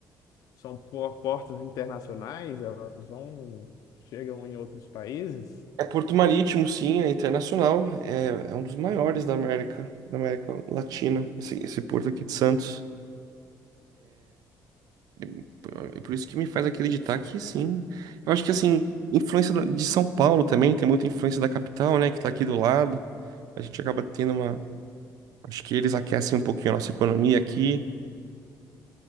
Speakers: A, on the left; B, on the right.
A: são por- portas internacionais, elas vão, chegam em outros países.
B: É Porto Marítimo, sim, é internacional. É, é um dos maiores da América, da América Latina, esse, esse porto aqui de Santos. E por é por isso que me faz acreditar que sim. Eu acho que, assim, influência da- de São Paulo também, tem muita influência da capital, né, que tá aqui do lado. A gente acaba tendo uma Acho que eles aquecem um pouquinho a nossa economia aqui,